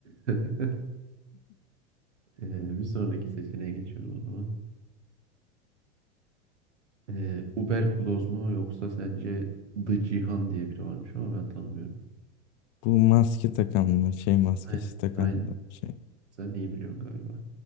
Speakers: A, on the right; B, on the left.
A: <laughs> Ee, bir sonraki seçeneğe geçiyorum o zaman. Ee, Uber Kloz mu yoksa sence The Cihan diye biri varmış ama ben tanımıyorum.
B: Bu maske takan mı? Şey maskesi
A: Aynen,
B: takan
A: aynen.
B: mı? Şey.
A: Sen iyi biliyorsun galiba.